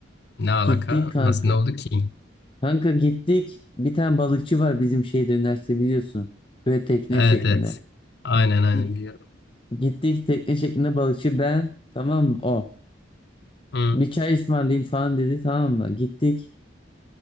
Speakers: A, on the left; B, on the left.
A: Ne alaka?
B: Gittik kanka.
A: Nasıl ne oldu ki?
B: Kanka gittik. Bir tane balıkçı var bizim şehirde üniversite biliyorsun. Böyle tekne
A: Evet
B: şeklinde.
A: evet. Aynen aynen
B: Git-
A: biliyorum.
B: Gittik tekne şeklinde balıkçı ben tamam mı? O.
A: Hı.
B: bir çay ısmarlayayım falan dedi tamam mı? Gittik.